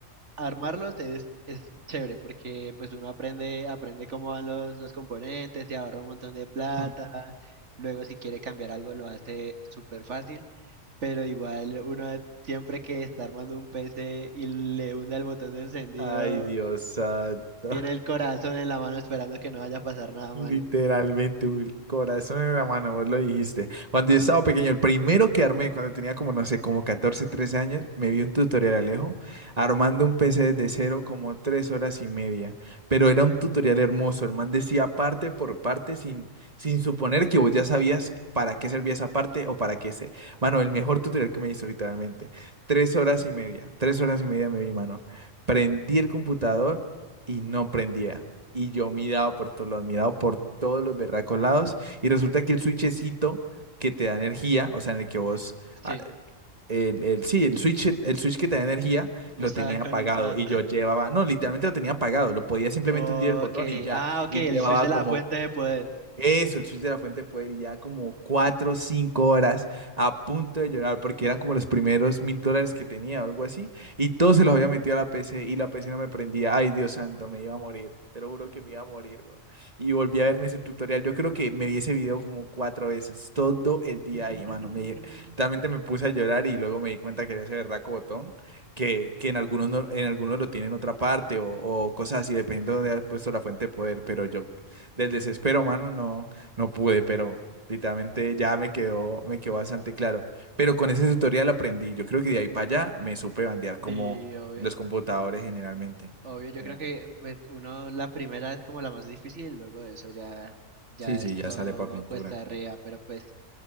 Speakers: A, on the right; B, on the right.
A: armarlos es, es chévere porque pues uno aprende, aprende cómo van los, los componentes, y ahorra un montón de plata,
B: <laughs>
A: luego si quiere cambiar algo lo hace súper fácil, pero igual uno siempre que está armando un PC y le hunde el botón de encendido,
B: Ay, Dios santo.
A: tiene el corazón en la mano esperando que no vaya a pasar nada malo.
B: Literalmente, un corazón en la mano, vos lo dijiste. Cuando yo estaba pequeño, el primero que armé, cuando tenía como, no sé, como 14, 13 años, me vi un tutorial Alejo, armando un PC desde cero como tres horas y media. Pero era un tutorial hermoso, el man decía parte por parte sin, sin suponer que vos ya sabías para qué servía esa parte o para qué se... Mano, el mejor tutorial que me hizo literalmente. Tres horas y media, tres horas y media me vi, mano. Prendí el computador y no prendía. Y yo miraba por todos lados, miraba por todos los berracos lados. Y resulta que el switchecito que te da energía, o sea, en el que vos,
A: Sí,
B: ah, el, el- sí, el switch, el switch que te da energía,
A: no
B: lo
A: estaba
B: tenía
A: conectada.
B: apagado. Y yo llevaba, no, literalmente lo tenía apagado. Lo podía simplemente
A: Ok,
B: hundir el botón y ya.
A: ah, ok,
B: Y
A: el
B: llevaba
A: switch de la
B: como
A: fuente de poder.
B: eso, el switch de la fuente de poder y ya como cuatro o cinco horas a punto de llorar porque eran como los primeros mil dólares que tenía o algo así y todos se los había metido a la PC y la PC no me prendía. Ay, Dios santo, me iba a morir. Te lo juro que me iba a morir, weón. Y volví a verme ese tutorial. Yo creo que me vi ese video como cuatro veces, todo el día
A: <laughs>
B: ahí, mano. Me, realmente me puse a llorar y luego me di cuenta que era ese berraco botón que, que en algunos, no- en algunos lo tiene en otra parte o, o cosas así, dependiendo de dónde has puesto la fuente de poder. Pero yo del desespero, mano, no, no pude, pero literalmente ya me quedó, me quedó bastante claro. Pero con ese tutorial aprendí. Yo creo que de ahí para allá me supe bandear como
A: Sí, obvio.
B: los computadores generalmente.
A: Obvio, yo
B: General-
A: creo que pues uno la primera es como la más difícil, luego de eso ya, ya
B: Sí, sí,
A: es
B: ya
A: todo
B: sale para pintura.
A: cuesta arriba, pero pues